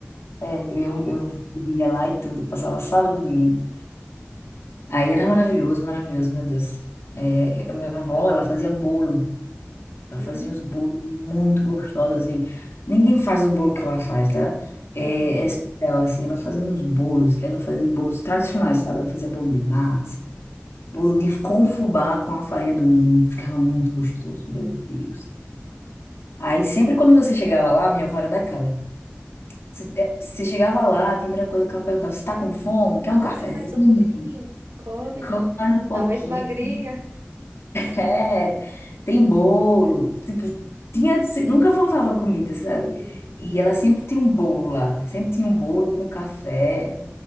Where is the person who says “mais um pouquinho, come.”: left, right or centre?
Right